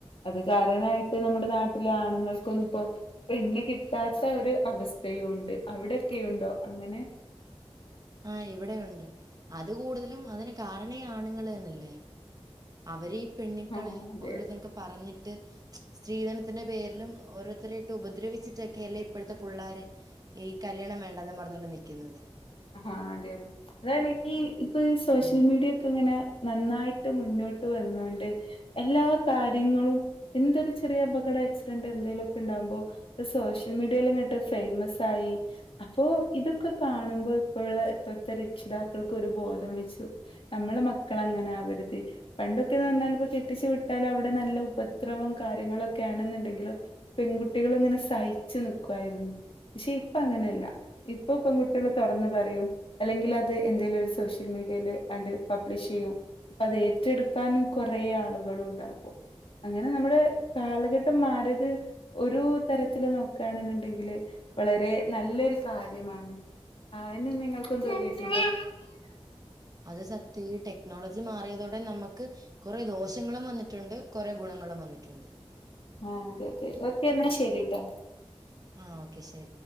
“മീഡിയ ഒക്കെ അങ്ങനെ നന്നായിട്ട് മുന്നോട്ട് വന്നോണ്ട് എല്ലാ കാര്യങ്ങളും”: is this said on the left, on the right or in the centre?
Left